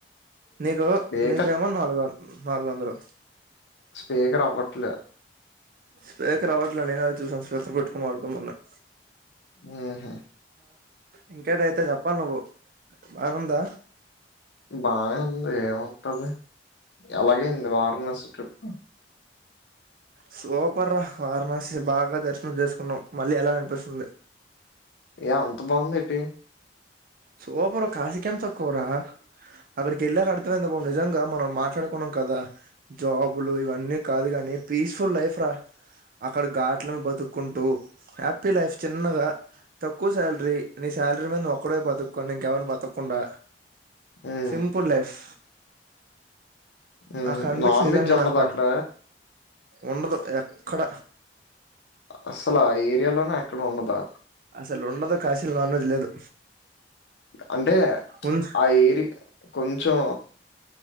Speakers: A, on the right; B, on the left.
A: నీకు
B: స్పీకర్
A: నీకేమో నాలుగు నాలుగు వందలు
B: స్పీకర్ అవ్వట్లే
A: స్పీకర్ అవ్వట్ల నేనా అది చూసాను స్పీకర్ పెట్టుకని వాడుకుందనుకున్న
B: ఊహు
A: ఇంకేటయితే చెప్పాలి నువ్వు వానుందా
B: బానేంది ఏముంటది ఎలాగైంది వారాణసి ట్రిప్
A: సూపర్ రా వారణాసి బాగా దర్శనం చేసుకున్నాం మళ్ళీ ఎలా అనిపిస్తుంది
B: ఏ అంత బాగుంది ఏటి
A: సోపరు కాసికేం తక్కురా అక్కడికి వెళ్ళాక అర్థమైంది బా నిజంగా మనం మాట్లాడుకున్నాం కదా జాబులు ఇవన్నీ కాదు కాని పీస్ఫుల్ లైఫ్ రా అక్కడ ఘాట్లను బతుక్కుంటూ హ్యాపీ లైఫ్ చిన్నగా తక్కువ శాలరీ నీ శాలరీ మీద నువ్ ఒ క్కడే బతుకుని ఇంకెవరిని బతకుండా
B: ఉమ్
A: సింపుల్ లైఫ్
B: ఉమ్
A: అక్కడ అనిపించి
B: నాన్
A: నిజంగా
B: వెజ్ ఉండదా
A: నాకు
B: అక్కడ
A: ఉండదు ఎక్కడ
B: అస్సలు ఆ ఏరియాలోనే ఎక్కడ ఉండదా
A: అసలు ఉండదు కాశీలో నాన్ వెజ్ లేదు
B: అంటే ప్చ్
A: ఉం-
B: ఆ ఏరియా కొంచెం